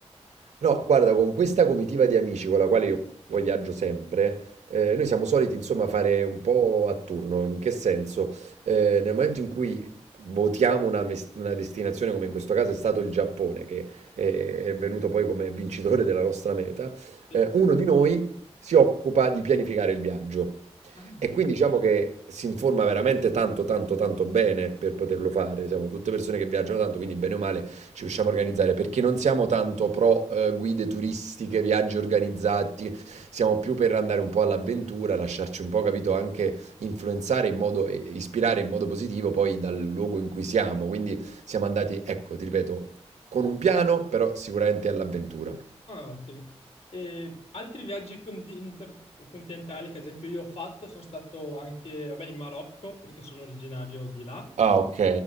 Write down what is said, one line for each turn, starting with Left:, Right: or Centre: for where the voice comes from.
Right: No, guarda, con questa comitiva di amici con la quale io poi viaggio sempre, eh, noi siamo soliti insomma fare un po' a turno. In che senso? Eh, nel momento in cui votiamo una, mes- una destinazione, come in questo caso è stato il Giappone, che è, è venuto poi come vincitore della nostra meta,
Left: Sì.
Right: eh, uno di noi si occupa di pianificare il viaggio.
Left: Ah.
Right: E quindi diciamo che si informa veramente tanto, tanto, tanto bene per poterlo fare. Siamo tutte persone che viaggiano tanto, quindi bene o male ci riusciamo a organizzare perché non siamo tanto pro eh, guide turistiche, viaggi organizzati, siamo più per andare un po' all'avventura, lasciarci un po', capito, anche influenzare in modo, e ispirare in modo positivo poi dal luogo in cui siamo. Quindi siamo andati, ecco, ti ripeto, con un piano, però sicuramente all'avventura.
Left: Ah, ottimo. E altri viaggi conti- intercontinentali che ad esempio io ho fatto sono stato anche, vabbè, in Marocco perché sono originario di là
Right: Ah, ok.